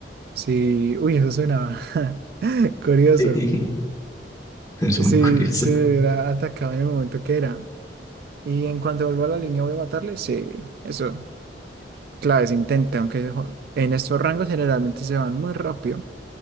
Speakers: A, on the right; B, on the left.
A: Sí, uy, eso suena <laughs> curioso.
B: <laughs> Es
A: Sí,
B: muy curioso.
A: sí me hubiera atacado en el momento que era. Y en cuanto vuelva a la línea, voy a matarle. Sí, eso. Claro, se intenta, aunque jo- en estos rangos generalmente se van muy rápido. O